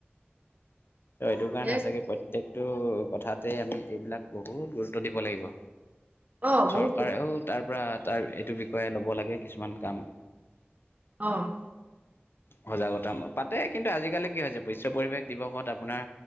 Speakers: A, on the left; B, on the right.
A: ত' এইটো কাৰণে
B: এ
A: সঁচাকে প্ৰত্যেকটো কথাতে আমি এইবিলাক বহুত গুৰুত্ব দিব লাগিব।
B: অ বহুত
A: চৰকাৰেও তাৰ পৰা তাৰ এইটো বিষয়ে ল'ব লাগে কিছুমান কাম।
B: অ'।
A: সজাগতা পাতে, কিন্তু আজিকালি কি হৈছে বিশ্ব পৰিৱেশ দিৱসত আপোনাৰ